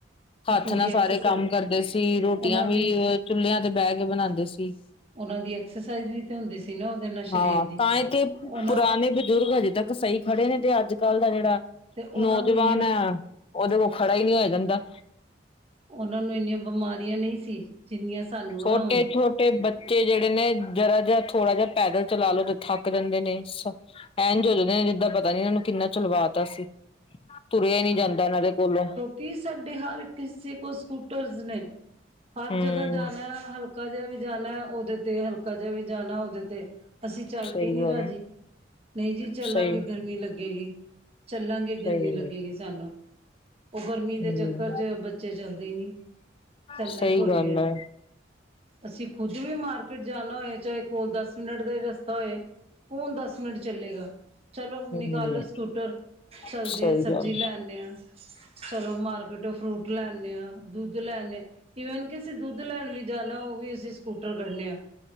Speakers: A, on the right (about 30°); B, on the left (about 30°).
A: ਤੇ
B: ਹੱਥ
A: ਪੂਰੀ
B: ਨਾਲ
A: ਐਕਸਰਸਾਈ
B: ਸਾਰੇ ਕੰਮ ਕਰਦੇ ਸੀ ਰੋਟੀਆਂ
A: ਉਹਨਾਂ ਦੀ
B: ਵੀ ਚੁਲ੍ਹਿਆਂ ਤੇ ਬਹਿ ਕੇ ਬਣਾਂਦੇ ਸੀ।
A: ਉਹਨਾਂ ਦੀ ਐਕਸਰਸਾਈਜ਼ ਵੀ ਤੇ ਹੁੰਦੀ ਸੀ ਨਾ। ਨਾਲ ਸਰੀਰ
B: ਹਾਂ
A: ਦੀ
B: ਤਾਂਈ ਤੇ
A: ਉਹਨਾਂ
B: ਪੁਰਾਣੇ ਬਜ਼ੁਰਗ ਹਜੇ ਤੱਕ ਸਹੀ ਖੜੇ ਨੇ ਤੇ ਅੱਜ ਕੱਲ੍ਹ ਦਾ ਜਿਹੜਾ
A: ਤੇ ਉਹਨਾਂ
B: ਨੌਜਵਾਨ
A: ਨੂੰ ਇੰਨੀਆਂ
B: ਆ ਉਹਦੇ ਕੋਲ ਖੜਾ ਹੀ ਨੀ ਹੋਇਆ ਜਾਂਦਾ।
A: ਉਹਨਾਂ ਨੂੰ ਇੰਨੀਆਂ ਬਿਮਾਰੀਆਂ ਨਹੀਂ ਸੀ। ਜਿੰਨੀਆਂ ਸਾਨੂੰ
B: ਛੋਟੇ-
A: ਆ ਹੁਣ
B: ਛੋਟੇ ਬੱਚੇ ਤੇ ਜਿਹੜੇ ਨੇ ਜਰਾ ਜਿਹਾ ਥੋੜਾ ਜਿਹਾ ਪੈਦਲ ਚਲਾ ਲੋ ਤੇ ਥੱਕ ਜਾਂਦੇ ਨੇ ਸ ਐਂਝ ਹੋ ਜਾਂਦੇ ਨੇ ਜਿੱਦਾਂ ਪਤਾ ਨੀ ਇਹਨਾਂ ਨੂੰ ਕਿੰਨਾ ਚਲਵਾ ਤਾ ਸੀ। ਤੁਰਿਆ ਹੀ ਨੀ ਜਾਂਦਾ ਇਹਨਾਂ ਦੇ ਕੋਲੋਂ।
A: ਕੀ ਸਾਡੇ ਹਰ ਕਿਸੇ ਕੋਲ ਸਕੂਟਰਸ ਨੇ ਹਰ
B: ਹਮ
A: ਜਗ੍ਹਾ ਜਾਣਾ ਹਲਕਾ ਹਲਕਾ ਜਿਹਾ ਵੀ ਜਾਣਾ ਉਹਦੇ ਤੇ ਹਲਕਾ ਜਿਹਾ ਵੀ ਜਾਣਾ ਉਹਦੇ ਤੇ ਅਸੀਂ ਚੱਲ
B: ਸਹੀ
A: ਕੇ ਨਹੀਂ
B: ਗੱਲ
A: ਰਾਜੀ ਨਹੀਂ ਜੀ ਚਲਾਂਗੇ
B: ਸਹੀ
A: ਗਰਮੀ ਲਗੇਗੀ। ਚਲਾਂਗੇ ਗਰਮੀ
B: ਸਹੀ
A: ਲਗੇਗੀ ਸਾਨੂੰ ਉਹ ਗਰਮੀ
B: ਹਮ
A: ਦੇ ਚੱਕਰ 'ਚ ਬੱਚੇ ਚੱਲਦੇ ਈ ਨੀ ਚੱਲਣਾ
B: ਸਹੀ
A: ਈ ਭੁੱਲ
B: ਗੱਲ
A: ਗਏ ਐ।
B: ਹੈ
A: ਅਸੀਂ ਖੁਦ ਵੀ ਮਾਰਕੀਟ ਜਾਣਾ ਹੋਏ ਚਾਹੇ ਕੋਲ ਦਸ ਮਿੰਟ ਦਾ ਈ ਰਸਤਾ ਹੋਏ। ਕੌਣ ਦਸ ਮਿੰਟ ਚੱਲੇਗਾ ਚਲੋ ਨਿਕਾਲੋ
B: ਹਮ
A: ਸਕੂਟਰ ਚੱਲਦੇ
B: ਸਹੀ
A: ਆ ਸਬਜ਼ੀ
B: ਗੱਲ
A: ਲੈਣੇ ਆ। ਚਲੋ ਮਾਰਕੀਟੋ ਫਰੂਟ ਲੈਣੇ ਆ, ਦੁੱਧ ਲੈਣੇ ਆ ਈਵਨ ਕਿ ਅਸੀਂ ਦੁੱਧ ਦੁੱਧ ਲੈਣ ਵੀ ਜਾਣਾ ਉਹ ਵੀ ਅਸੀਂ ਸਕੂਟਰ ਕੱਢਣੇ ਆ।